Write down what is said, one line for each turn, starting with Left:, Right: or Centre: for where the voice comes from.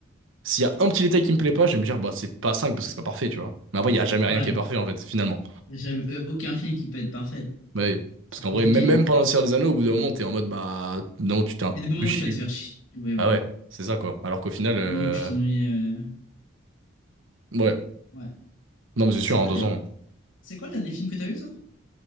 Right: S'il y a un petit détail qui me plaît pas, je vais me dire, bah, c'est pas 5 parce que c'est pas parfait, tu vois. Mais après, il y a jamais
Left: Ouais,
Right: rien qui est parfait, en fait, finalement.
Left: j'aime euh, aucun film qui peut être parfait.
Right: Ouais,
Left: C'est
Right: Parce qu'en
Left: compliqué.
Right: vrai, même, même pendant le Seigneur des Anneaux, au bout d'un moment, t'es en mode, bah, non, tu t'es un
Left: Il y a des moments
Right: peu chié.
Left: où tu vas te faire chier. Ouais, voilà.
Right: Ah ouais, c'est ça, quoi. Alors qu'au final, euh,
Left: Des moments où tu t'ennuies. euh,
Right: ouais.
Left: Ouais.
Right: Non, mais c'est
Left: C'est
Right: sûr,
Left: quoi
Right: en deux
Left: le, der-
Right: ans.
Left: c'est quoi le dernier film que t'as vu, toi?